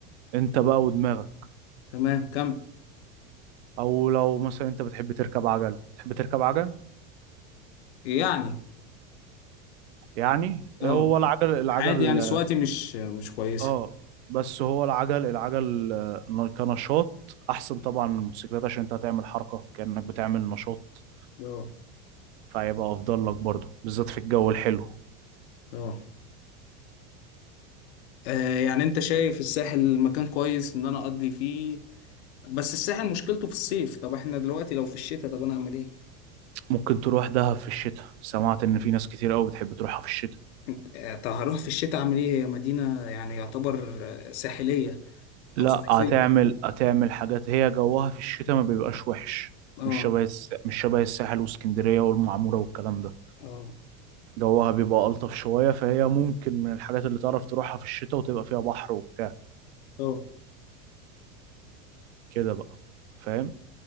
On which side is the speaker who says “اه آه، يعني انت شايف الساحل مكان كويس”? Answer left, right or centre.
Left